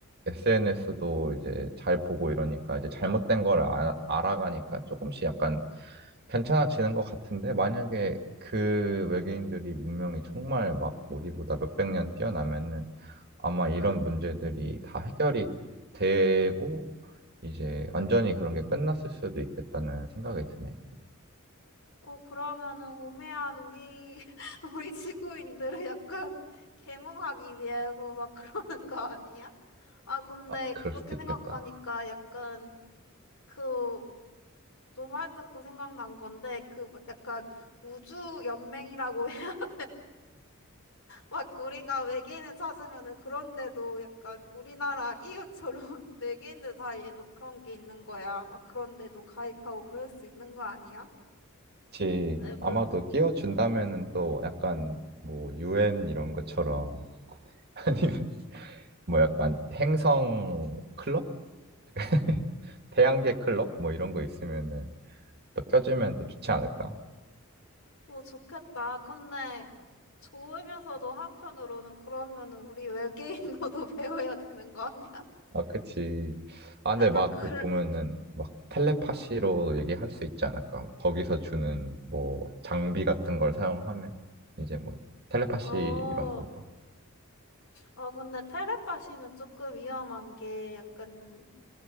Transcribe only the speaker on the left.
응.
어 그러면은 우매한 우리 <laughs> 우리 지구인들을 약간 계몽하기 위해서 막 <laughs> 그러는 거 아니야? 아 근데
그렇게
생각하니까
약간 그 너 말 듣고 생각난 건데 그 막 약간 우주 연맹이라고 해. <laughs> 막 우리가 외계인을 찾으면은 그런데도 약간 우리나라 이유처럼 <laughs> 외계인들 사이에도 그런 게 있는 거야. 막 그런데도 가입하고 그럴 수 있는 거 아니야?
에 물론
응.
오 좋겠다. 근데 좋으면서도 한편으로는 그러면은 우리 외계인어도 <laughs> 배워야 되는 거 아니야?
약간
글
응.
어.
아, 근데 텔레파시는 조금 위험한 게 약간